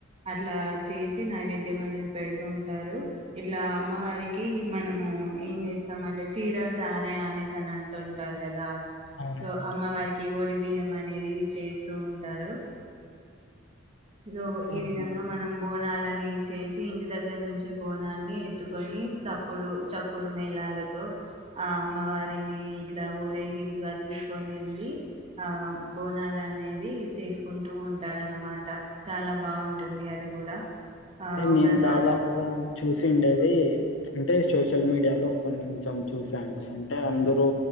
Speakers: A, on the right; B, on the left.
A: అట్లా చేసి నైవేద్యం అనేది పెడుతూ ఉంటారు ఇట్లా అమ్మవారికి మనము ఏం చేస్తామంటే చీరా సారే అనేసి అని అంటుంటారు కదా
B: అవునండి
A: సో అమ్మ వారికి ఓడి బియ్యం అనేది చేస్త చేస్తూ ఉంటారు సో
B: కానీ
A: ఈ విధంగా మనం బోనాలనీ చేసి ఇంటి దగ్గర నుంచే బోనాన్ని ఎత్తుకొని చప్పుడు చాప్ కుడిమేలాలతో ఆ అమ్మవారిని ఇట్ల ఊరేగిింపు తీసుకొని వెళ్ళి ఆ బోనాలు అనేది చేసుకుంటూ ఉంటారనమాట, చాలా బాగుంటుంది అది కూడా ఆ
B: అంటే
A: ఒక
B: నేను
A: జాత
B: దాదాపుగా చూసిండేది, అంటే సోషల్ మీడియాలో కొంచం చూసా ఆండీ అంటే అందరుూ